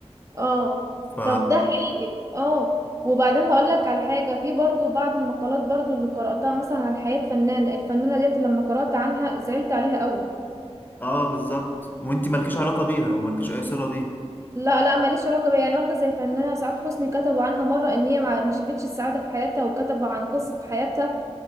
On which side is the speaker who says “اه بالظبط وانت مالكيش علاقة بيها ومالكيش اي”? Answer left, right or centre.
Left